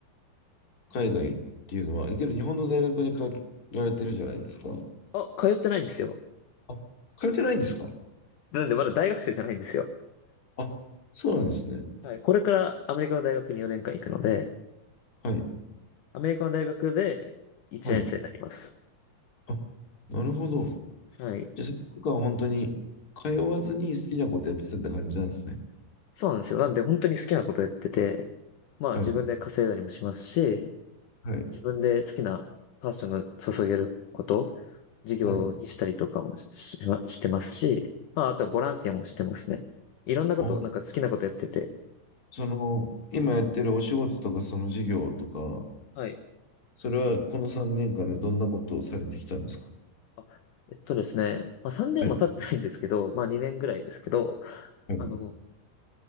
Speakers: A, on the left; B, on the left.
A: 海外っていうのは、いける日本の大学に通られてるじゃないですか。
B: あ、通ってないんですよ。
A: あ、通ってないんですか
B: なんでまだ大学生じゃないんですよ。
A: あ、そうなんですね。
B: はい。これからアメリカの大学に4年間行くので、
A: はい、
B: アメリカの大学で1年生になります。
A: はい。あ、なるほど。
B: はい。
A: じゃあ、その間は本当に通わずに好きなことやってたって感じなんですね。
B: そうなんですよ。なんで本当に好きなことやってて、まあ自分で稼いだりもしますし、
A: はい、はい、
B: 自分で好きなパッションが注げること、事業にしたりとかもし、
A: はい。
B: ししてますし、まああとはボランティアもしてますね。いろんなこと、
A: あ、
B: なんか好きなことやってて。
A: その、今やってるお仕事とか、その事業とか、
B: はい。
A: それはこの3年間でどんなことをされてきたんですか
B: あ、えっとですね、まあ3年も経ってないんですけど、
A: はい、
B: まあ2年ぐらいですけど、
A: はい、
B: あの、